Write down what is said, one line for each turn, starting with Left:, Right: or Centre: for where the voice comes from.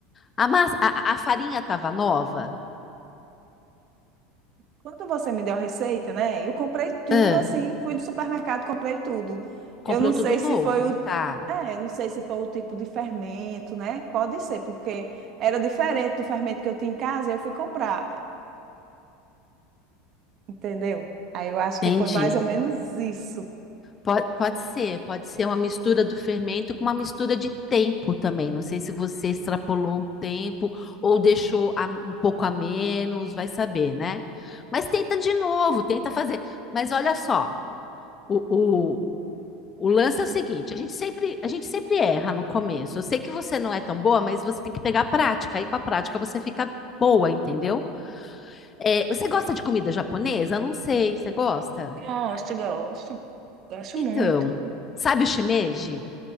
Left: A massa, a, a farinha tava nova?
Right: Quando você me deu a receita, né? Eu comprei tudo
Left: Ah,
Right: assim, fui no supermercado, comprei tudo.
Left: comprou
Right: Eu não
Left: tudo
Right: sei
Left: novo,
Right: se foi o,
Left: tá?
Right: é, eu não sei se foi o tipo de fermento, né? Pode ser, porque era diferente do fermento que eu tinha em casa, e eu fui comprar, entendeu? Aí eu acho
Left: Entendi.
Right: que foi mais ou menos isso.
Left: Pode, pode ser, pode ser uma mistura do fermento com uma mistura de tempo também. Não sei se você extrapolou o tempo ou deixou a- um pouco a menos, vai saber, né? Mas tenta de novo, tenta fazer. Mas olha só, o, o, o lance é o seguinte: a gente sempre, a gente sempre erra no começo. Eu sei que você não é tão boa, mas você tem que pegar a prática. Aí com a prática você fica boa, entendeu? É, você gosta de comida japonesa? Eu Não sei, você gosta?
Right: Gosto, gosto. Gosto
Left: Então,
Right: muito.
Left: sabe o shimeji?